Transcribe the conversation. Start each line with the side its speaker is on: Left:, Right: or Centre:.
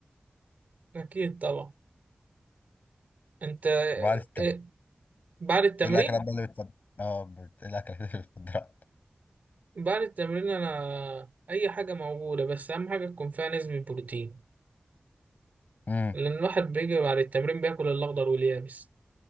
Right: اكيد طبعا انت
Left: وبعد التمرين
Right: إيه بعد التمرين
Left: ايه الأكلات بقى اللي بتفضل اه بت... ايه الأكلات اللي بتفضلها؟
Right: بعد التمرين انا اي حاجة موجودة بس اهم حاجة تكون فيها نسبة بروتين
Left: مم.
Right: لان الواحد بيجي بعد التمرين بياكل الاخضر واليابس